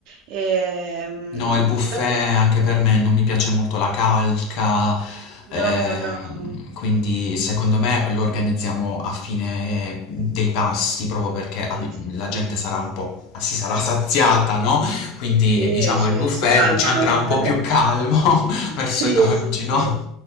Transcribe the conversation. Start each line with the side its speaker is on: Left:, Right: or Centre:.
Right: Ehm,
Left: No, il buffet
Right: però
Left: anche per me non mi piace molto la calca,
Right: no,
Left: ehm,
Right: no, no.
Left: quindi secondo me lo organizziamo a fine dei pasti, proprio perché
Right: Sì,
Left: abbi-
Right: sì,
Left: la
Right: sì.
Left: gente sarà un po', si sarà saziata, no? Quindi
Right: Sì,
Left: diciamo
Right: sì,
Left: il buffet
Right: si calmano.
Left: ci andrà un po'
Right: <laughs>
Left: più calmo <laughs> verso
Right: Sì,
Left: i dolci,
Right: sì, sì.
Left: no?